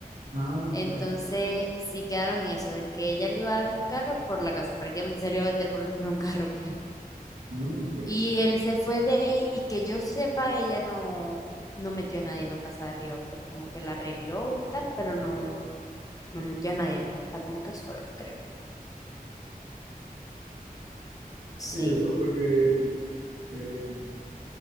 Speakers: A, on the right; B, on the left.
A: Ah, ok.
B: Entonces sí quedaron en eso, de que ella le iba a dar un carro por la casa, prácticamente se lo iba a vender por, <laughs> por un carro, pues.
A: No, ok.
B: Y él se fue de ahí y que yo sepa, ella no, no metió a nadie en la casa de arriba, pues como que la arregló y tal, pero no, no metió a nadie, pues está como que sola, creo. Sí,
A: Sí, yo supe que, que